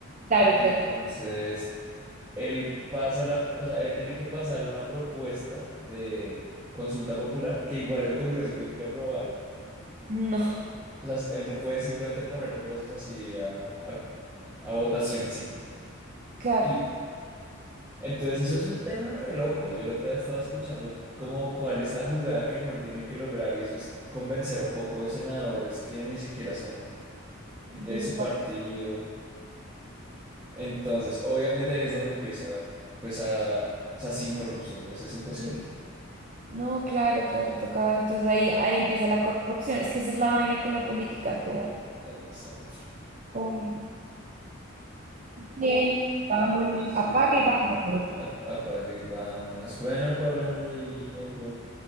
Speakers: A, on the right; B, on the right.
A: Claro,
B: Entonces...
A: claro. <laughs>
B: Él pasa la, o sea, él tiene que pasar una propuesta de consulta popular que igual el Congreso tiene que aprobar.
A: No,
B: O sea, él no puede simplemente poner cosas así a, a- a votación sin...
A: claro,
B: Sí. Entonces eso es un tema re loco. Yo el otro día estaba escuchando como cuál es la jugada que el man tiene que lograr y eso es convencer a un poco de senadores que ni siquiera son de
A: de
B: su
A: su parte.
B: partido. Entonces, obviamente ahí es donde empieza, pues a, o sea, sin corrupción, pues es imposible.
A: No, claro, claro, toca. Entonces ahí, ahí empieza la corrupción. Es que esa es la vaina con la política, es como,
B: Exacto.
A: uy, bien, vámonos,
B: Sí,
A: apague y vámonos.
B: a- apague, y vámonos. Bueno, Pablo Andrei, algo.